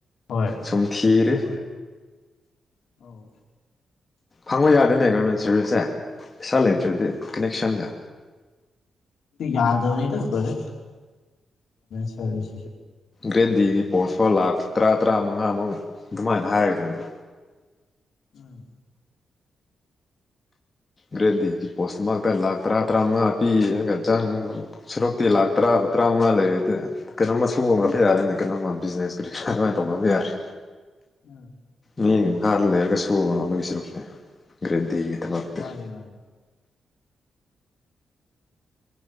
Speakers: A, on the left; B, on the left.
A: ꯍꯣꯏ
B: ꯁꯨꯝꯊꯤꯔ
A: ꯍꯣꯏ ꯑꯧ
B: ꯐꯪꯕ ꯌꯥꯗꯅꯦ ꯒꯣꯔꯃꯦꯟ ꯁꯔꯚꯤꯁꯁꯁꯦ ꯄꯩꯁꯥ ꯂꯩꯇ꯭ꯔꯗꯤ ꯀꯅꯦꯛꯁꯟꯒ
A: ꯌꯥꯗꯧꯅꯤ ꯇꯔꯦ ꯁꯔꯁ
B: ꯒ꯭ꯔꯦꯠ ꯗꯤꯒꯤ ꯄꯣꯁ ꯐꯥꯎ ꯂꯥꯛ ꯇꯔꯥ ꯇꯔꯥ ꯃꯉꯥꯃꯨꯛ ꯑꯗꯨꯃꯥꯏꯅ ꯍꯥꯏꯔꯒꯦ ꯑꯗꯣ
A: ꯎꯝ
B: ꯒ꯭ꯔꯦꯠ ꯗꯤꯒꯤ ꯄꯣꯁꯇꯨ ꯃꯛꯇ ꯂꯥꯛ ꯇꯔꯥ ꯇꯔꯥꯃꯉꯥ ꯄꯤ ꯑꯗꯨꯒꯒ ꯆꯥꯡ ꯁꯨꯔꯨꯛꯇꯤ ꯂꯥꯛ ꯇꯔꯥꯕ ꯇꯔꯥꯃꯉꯥ ꯂꯩꯔ ꯑꯗꯨ ꯀꯩꯅꯣꯝꯃ ꯁꯨꯕ ꯉꯕ ꯌꯥꯔꯦꯅ ꯀꯩꯅꯣꯝꯃ ꯕꯤꯖꯤꯅꯦꯁ ꯀ ꯀ ꯑꯗꯨꯃꯥꯏꯅ ꯇꯧꯕ ꯉꯕ ꯌꯥꯔꯦ
A: ꯎꯝ
B: ꯃꯤꯒꯤ ꯃꯈꯥꯗ ꯂꯩꯔꯒ ꯁꯨꯕꯅꯕꯒꯤ ꯁꯔꯨꯛꯇꯤ ꯒ꯭ꯔꯔꯤꯦꯟ ꯇꯤꯒꯤ ꯊꯕꯛꯇꯤ
A: ꯃꯥꯅꯤ ꯃꯥꯅꯤ